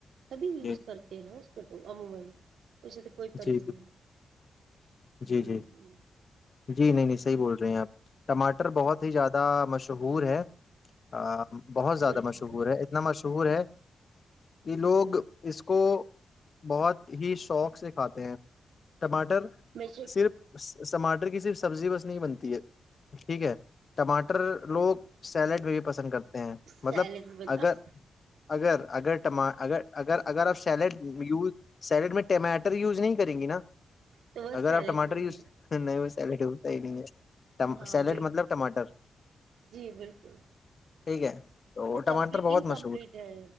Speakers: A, on the right; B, on the left.
A: سبھی یوز
B: جی
A: کرتے ہیں نا اس کو تو عموما اسے تو کوئی پرہیز
B: جی جی
A: نہیں ہوں
B: جی جی
A: ہوں
B: جی نہیں نہیں صحیح بول رہے ہیں آپ ٹماٹر بہت ہی زیادہ ا مشہور ہے ہ بہت زیادہ
A: بالکل
B: مشہور ہے اتنا مشہور ہے کہ لوگ اس کو بہت ہی شوق سے کھاتے ہیں ٹماٹر
A: بیشک
B: صرف ٹماٹر کی صرف سبزی بس نہیں بنتی ہے ٹھیک ہے ٹماٹر لوگ سیلیڈ میں بھی پسند کرتے مطلب
A: سیلیڈ بھی بن
B: اگر
A: اس
B: اگر اگرٹم اگر اگر اگر آپ سیلیڈ یوز سیلیڈ میں ٹمیٹو ٹر یوز نہیں کریں گی نا
A: تو وہ
B: اگر
A: سیلیڈ
B: آپ ٹاٹر
A: نہیں
B: یوز
A: ہوگا
B: ہو سیڈ ہو س نہیں ہے
A: ہاں
B: سیلیڈ
A: بالکل
B: مطلب ٹماٹر
A: جی بالکل
B: ٹھیک ہے تو
A: وہ
B: ٹماٹر
A: کمپلیٹ
B: بہت
A: انکمپلیٹ
B: مشہور
A: ہے